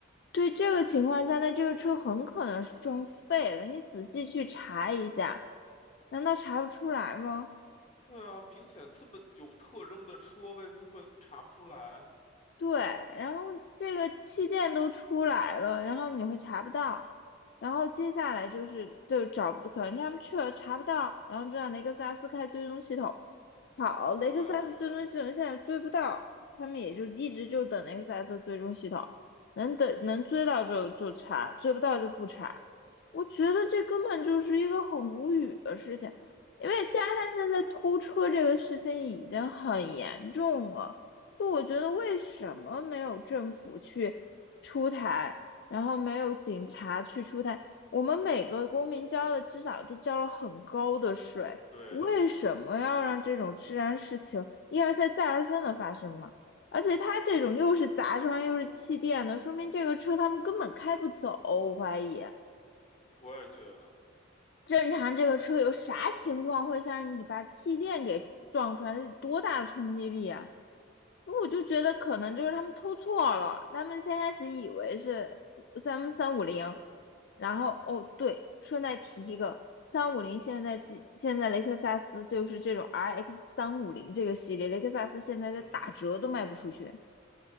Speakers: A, on the left; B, on the left.
A: 对这个情况下，那这个车很可能是撞废了。你仔细去查一下，难道查不出来吗？
B: 对啊，明显这么有特征的车，为什么会查不出来？
A: 对，然后这个气垫都出来了，然后你会查不到，然后接下来就是就找不，可能他们去了查不到，然后就让雷克萨斯开追踪系统。好，雷克萨斯追踪系统现在追不到，
B: 我也觉得，
A: 他们也就一直就等雷克萨斯追踪系统，能等能追到就就查，追不到就不查。我觉得这根本就是一个很无语的事情，
B: 我，
A: 因为加上现在偷车这个事情已经很严重了。就我觉得为什么没有政府去出台，然后没有警察去出台？我们每个公民交了至少都交了很高的税，
B: 对的，
A: 为什么要让这种治安事情一而再再而三的发生嘛？
B: 没错儿
A: 而且他这种又是砸窗又是气垫的，说明这个车他们根本开不走，我怀疑。
B: 我也觉得，
A: 正常这个车有啥情况会像你把气垫给撞出来？这得多大的冲击力啊！那我就觉得可能就是他们偷错了，他们先开始以为是三三五零，然后哦对，顺带提一个，三五零现在几现在雷克萨斯就是这种 RX 三五零这个系列，雷克萨斯现在在打折都卖不出去。
B: 嗯哼，